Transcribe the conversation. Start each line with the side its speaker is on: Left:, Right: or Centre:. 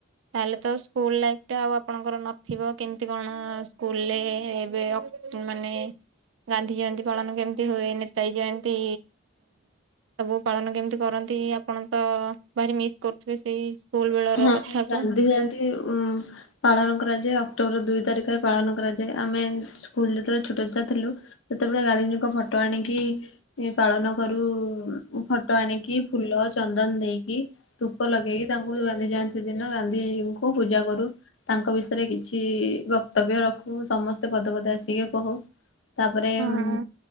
Right: ତାହେଲେ ତ ସ୍କୁଲ ଲାଇଫ ଟା ଆଉ ଆପଣଙ୍କର ନଥିବ କେମିତି କଣ ସ୍କୁଲରେ ଏବେ ଅପ୍ ମାନେ ଗାନ୍ଧୀ ଜୟନ୍ତୀ ପାଳନ କେମିତି ହୁଏ? ନେତାଜୀ ଜୟନ୍ତୀ ସବୁ ପାଳନ କେମିତି କରନ୍ତି? ଆପଣ ତ ଭାରି ମିସ୍ କରୁଥିବେ ସେଇ ସ୍କୁଲ ବେଳର
Left: ହଁ
Right: କଥାକୁ।
Left: ଗାନ୍ଧୀ ଜୟନ୍ତୀ ଉ ପାଳନ କରାଯାଏ ଅ ଅକ୍ଟୋବର ଦୁଇ ତାରିଖରେ ପାଳନ କରାଯାଏ। ଆମେ ସ୍କୁଲ ଯେତେବେଳେ ଛୋଟ ଛୁଆ ଥିଲୁ ସେତେବେଳେ ଗାନ୍ଧୀଜୀଙ୍କ ଫଟୋ ଆଣିକି ଇ ପାଳନ କରୁ ଫୋଟୋ ଆଣିକି ଫୁଲ ଚନ୍ଦନ ଦେଇକି ଧୁପ ଲଗେଇକି ତାଙ୍କୁ ଗାନ୍ଧି ଜୟନ୍ତୀ ଦି ଦିନ ଗାନ୍ଧୀଜିଙ୍କୁ ପୂଜା କରୁ ତାଙ୍କ ବିଷୟରେ କିଛି ବକ୍ତବ୍ୟ ରଖୁ ସମସ୍ତେ ପଦ ଦା ସିଏ କହୁ। ତାପରେ
Right: ହଁ
Left: ଉମ